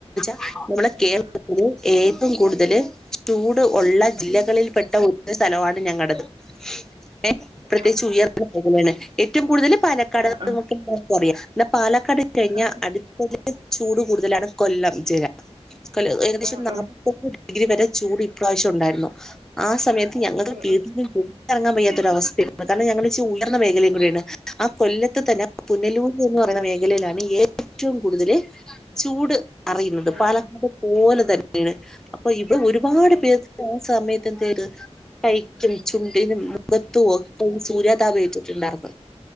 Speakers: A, in the centre; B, on the right.
A: നമ്മളെ
B: ആഹ്
A: കേരളത്തില് ഏറ്റവും കൂടുതൽ ചൂട് ഉള്ള ജില്ലകളിൽ പെട്ട ഒരു സ്ഥലമാണ് ഞങ്ങടെത് ഏ
B: ആഹ്
A: പ്രത്യേകിച്ച്
B: ആഹ്
A: ഉയർന്ന മേഖലയാണ് ഏറ്റവും കൂടുതൽ പാലക്കാട്
B: ആഹ്
A: നമക്ക് <unintelligible> കൊറയാ എന്നാ പാലക്കാട് കഴിഞ്ഞ
B: ആഹ്
A: അടുത്ത ചൂട് കൂടുതലാണ് കൊല്ലം ജില്ല <unintelligible> ഏകദേശം
B: ആഹ് ആഹ്
A: നാല്പ്പത് ഡിഗ്രി വരെ ചൂട് ഇപ്രാവശ്യം ഉണ്ടായിരുന്നു ആ സമയത്ത്
B: ആഹ്
A: ഞങ്ങൾക്ക് വീ
B: ആഹ് ആഹ് ആഹ്
A: <unintelligible> എറങ്ങാൻ വയ്യാത്തൊരവസ്ഥയാണ് കാരണം ഞങ്ങൾ ചൂടാർന്ന മേഖലയും കൂടി ആണ് ആ കൊല്ലത്ത് തന്നെ പുനലൂ എന്ന് പറയുന്ന മേഖലയിലാണ് ഏറ്റവും കൂടുതൽ ചൂട് അറിയുന്നത്
B: ആഹ് ആഹ് ആഹ്
A: പാലക്കാട് പോലെ തന്നെയാണ് അപ്പൊ ഇവടെ ഒരുപാട് പേർ ആ സമയത്ത് എന്ത് ചെയ്ത് കൈ ക്കും ചുണ്ടിനും മുഖത്തും ഒക്കയും സൂര്യാതാപ ഏറ്റിട്ടുണ്ടായിരുന്നു